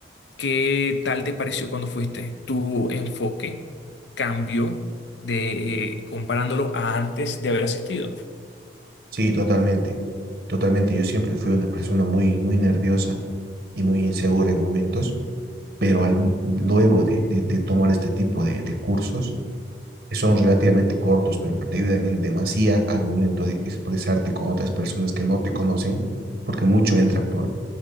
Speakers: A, on the left; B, on the right.
A: ¿qué tal te pareció cuando fuiste? ¿Tu enfoque cambió de eh, comparándolo a antes de haber asistido?
B: Sí, totalmente. Totalmente. Yo siempre fui una persona muy, muy nerviosa y muy insegura en momentos, pero al, luego de, de, de tomar este tipo de, de cursos, que son relativamente cortos, pero que te ayudan en demasía al momento de expresarte con otras personas que no te conocen, porque mucho entra por